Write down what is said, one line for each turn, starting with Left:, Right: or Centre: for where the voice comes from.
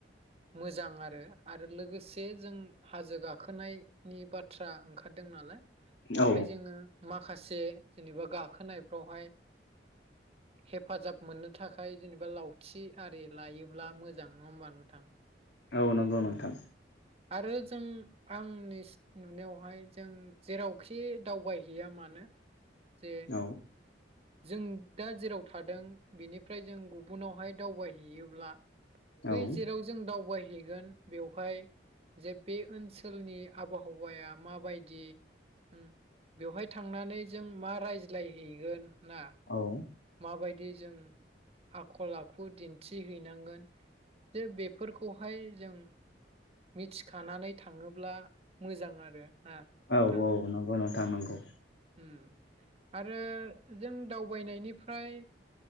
Right: मोजां आरो आरो लोगोसे जों हाजो गाखोनाय नि बाथ्रा ओंखारदों नालाय बेवहाय
Left: औ
Right: जोङो मा माखासे जेनेबा गाखोनायफ्रावहाय हेफाजाब मोननो थाखाय जेनेबा लावथि आरि लायोब्ला मोजां नङा होमबा नोंथां
Left: औ नंगौ नोंथां
Right: उम आरो जों आंनि नुनायावहाय जों जेरावखि दावबायहैया मानो जे
Left: औ
Right: जों जेराव थादों बेनिफ्राय जों गुबुनावहाय दावबायहैयोब्ला बै
Left: औ
Right: जेराव जों दावबाय हैगोन बेवहाय जे बे ओनसोलनि आबहावाया माबायदि ओम बेवहाय थांनानै जों मा रायज्लायहैगोन ना
Left: औ
Right: माबायदि जों आखल आखु दिनथि थि हैैनांगोन जे बेफोरखौहाय जों मिथिखानानै थाङोब्ला मोजां आरो ना नोंथां
Left: औ औ नंगौ नोंथां नांगौ
Right: उम आरो जों दाउ बायनायनिफ्राय